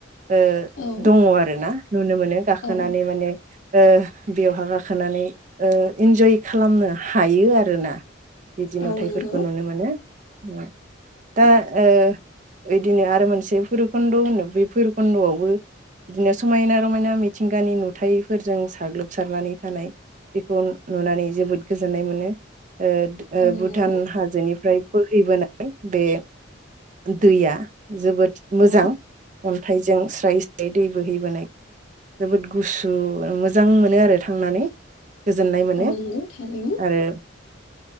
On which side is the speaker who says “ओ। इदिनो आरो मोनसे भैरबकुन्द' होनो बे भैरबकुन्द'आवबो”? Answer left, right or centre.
Right